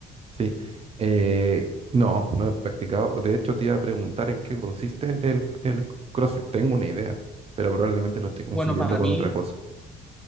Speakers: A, on the right (about 35°); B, in the centre.
A: Sí, eh, no, no he practicado. De hecho, te iba a preguntar en qué consiste el, el CrossFit. Tengo una idea, pero probablemente lo esté confundiendo
B: Bueno, para
A: con
B: mí
A: otra cosa.